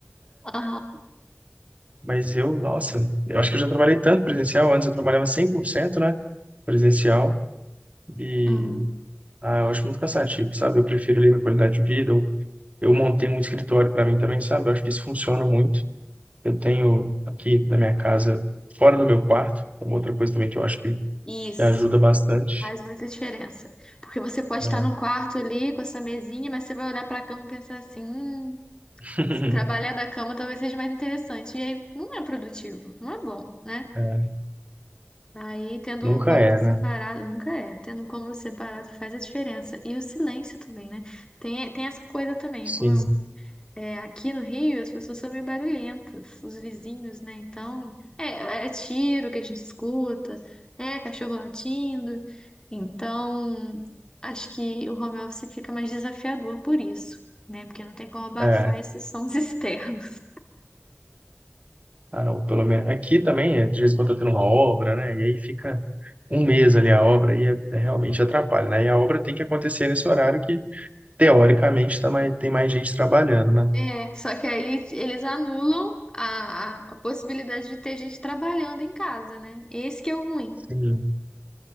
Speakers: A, on the left; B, on the right.
A: Aham,
B: Mas eu, nossa, eu acho que eu já trabalhei tanto presencial, antes eu trabalhava 100%, né, presencial e
A: aham.
B: ah, eu acho muito cansativo, sabe? Eu prefiro ali minha qualidade de vida, eu, eu montei um escritório para mim também, sabe? Eu acho que isso funciona muito. Eu tenho aqui na minha casa, fora do meu quarto, é uma outra coisa também que eu acho que
A: Isso.
B: que ajuda bastante.
A: Faz muita diferença. Porque você pode
B: né?
A: estar no quarto ali com essa mesinha, mas você vai olhar para a cama e pensar assim: hum,
B: <laughs>
A: se trabalhar da cama talvez seja mais interessante. E aí não é produtivo, não é bom, né?
B: É,
A: Aí tendo
B: nunca
A: um cômodo
B: é,
A: separado,
B: né?
A: nunca é. Tendo um cômodo separado faz a diferença e o silêncio também também né tem tem essa coisa também,
B: Sim.
A: como eu é, aqui no Rio, as pessoas são meio barulhentas, os vizinhos, né? Então, é, é é tiro que a gente escuta, é cachorro latindo. Então, acho que o home office fica mais desafiador por isso, né? Porque não tem como abafar
B: É.
A: esses sons <laughs> externos.
B: Ah, não, pelo menos aqui também, é, de vez em quando tá tendo uma obra, né? E aí fica um mês ali a obra e é, é realmente atrapalha, né? E a obra tem que acontecer nesse horário que, teoricamente, tá mais, tem mais gente trabalhando, né?
A: É, só que aí eles anulam a, a, a possibilidade de ter gente trabalhando em casa, né? Esse que é o ruim.
B: Sim.